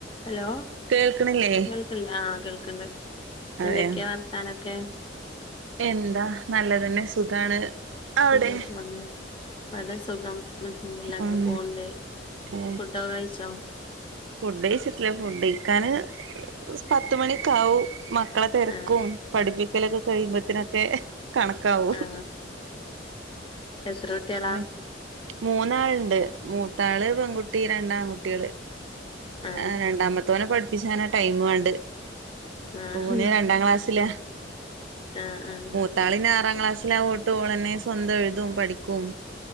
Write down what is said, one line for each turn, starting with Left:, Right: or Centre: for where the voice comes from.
Left: ഹലോ
Right: കേൾക്കണില്ലേ
Left: കേൾക്ക്ല്ലെ ആഹ് കേൾക്ക്ണ്ട്
Right: അതെയ
Left: എന്തൊക്കെയാ വർത്താനൊക്കെ
Right: എന്താ നല്ലതന്നെ സുഖാണ് അവിടെ
Left: ഒര് ബോട്ട്ൽ വന്ന് ബടെ സുഖം അൽഹംദുലില്ല അങ്ങനെ
Right: ഉം
Left: പോൺണ്ട്
Right: ഏ
Left: ഫുഡെക്കെ കഴിച്ചോ
Right: ഫുഡ് കഴിച്ചിട്ടില്ല ഫുഡ് കഴിക്കാന് പത്തുമണിക്കാവും മക്കളെ തെരക്കും
Left: ആഹ്
Right: പഠിപ്പിക്കലൊക്കെ കഴിയുമ്പത്തിനൊക്കെ കണക്കാവും
Left: ആ എത്ര കുട്ട്യാളാ
Right: അതെ മൂന്നാള്ണ്ട് മൂത്താള് പെൺകുട്ടി രണ്ടാണ്കുട്ട്യാള്
Left: ആഹ്
Right: ആ രണ്ടാമത്തേനെ പഠിപ്പിച്ചാന ടൈമ് വാണ്ട്
Left: ആഹ്
Right: ഓന് രണ്ടാ ക്ലാസ്സില
Left: ആഹ് ആഹ്
Right: ത്താൾ ആറാം ക്ലാസ്സില അഓണ്ട് ഓളെന്നെ സ്വന്തം എഴുതും പഠിക്കും